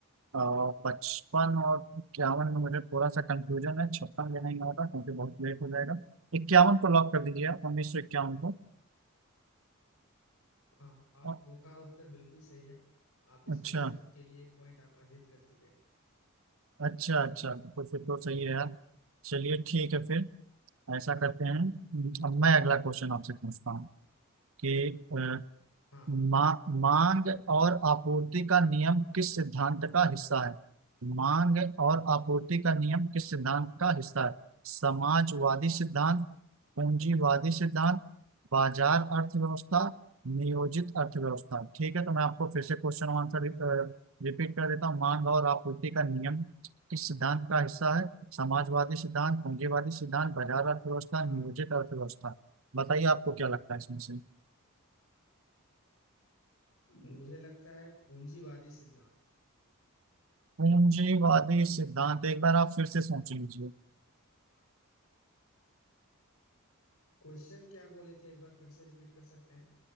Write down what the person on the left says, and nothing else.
हाँ आपका
उत्तर बिल्कुल सही है आप इस
क्वेश्चन के लिए एक पॉइंट आप अर्जित कर चुके हैं
हम्म
हाँ
हाँ
मुझे लगता है पूंजीवादी सिद्धांत
क्वेश्चन क्या बोले थे एक बार फिर से रिपीट कर सकते हैं